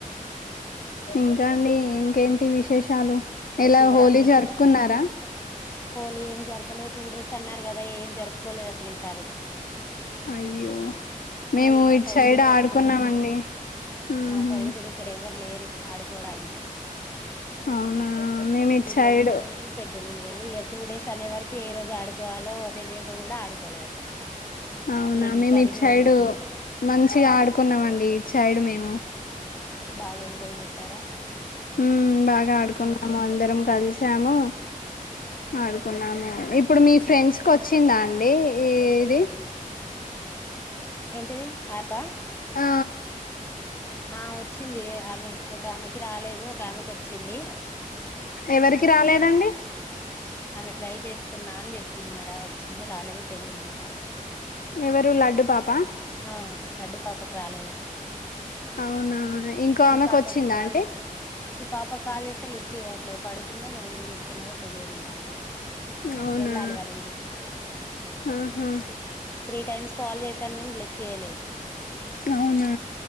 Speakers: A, on the left; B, on the left.
A: ఇంకాండి ఇంకేంటి విశేషాలు
B: ఇక్కడ
A: ఇలా
B: శివరాత్రి
A: హోలీ జరుపుకున్నారా
B: కూడా హోలీ ఏం జరపలేదు టూ డేస్ అన్నారు కదా ఏం జరుపుకోలేదు అసలు ఈసారి
A: అయ్యో మేము
B: మళ్ళీ మా
A: ఇట్ సైడ్
B: కూడా
A: ఆడుకున్నామండి
B: ఎక్కువ ఎవరు లేరు
A: హ్మ్మ్హాం
B: మా సైడ్ కూడా ఇక్కడ ఎవరు లేరు ఆడుకోడానికి
A: అవునా మేము
B: ఈ
A: ఇటు
B: పిల్లలు
A: సైడ్
B: లేరు పెద్దలు లేరు ఇక టూ డేస్ అనే వరకి ఏ రోజు ఆడే డుకోవాలో తెలియక గూడ ఆడుకోలే అసలు
A: అవునా
B: ఏమి
A: మేము
B: ఈసారి
A: ఇట్
B: హోలీ
A: సైడు
B: ఏం జరపలే
A: మంచిగా ఆడుకున్నామండి ఇట్ సైడు మేము
B: బాగా ఎంజాయ్ జేశార
A: హ్మ్మ్ బాగా ఆడుకున్నాము అందరం కలిసాము ఆడుకున్నాము ఇప్పుడు మీ ఫ్రెండ్స్ కి ఓచ్చిందా అండి ఇది
B: ఏంటిది ఆపా
A: ఆ
B: ఆ వచ్చింది ఏ ఆమె ఒకమెకి రాలేదు ఒక ఆమెకు వచ్చింది
A: ఎవరికి రాలేదండి
B: ఆమె ట్రై చేస్తున్నా అని జేప్పింది మరి వచ్చిందో రాలేదో తెలిదు ఇంకా
A: ఎవరు లడ్డు పాప
B: ఆ లడ్డు పాపకు రాలేదు
A: అవునా ఇంకో ఆమెకు
B: ఈ పాపకు
A: వచ్చిందా
B: కాల్
A: అండి
B: జేసి ఈ పాప కాల్ జేస్తే లిఫ్ట్ అట్లా పడుకుందో మరి ఏం చేస్తున్నదో తెలియదు ఇంకా
A: అవునా
B: వెళ్ళాలి వాళ్ళ ఇంటికి
A: ఆహా
B: త్రీ టైమ్స్ కాల్ చేసాను కాని లిఫ్ట్ చేయ్యాల
A: అవునా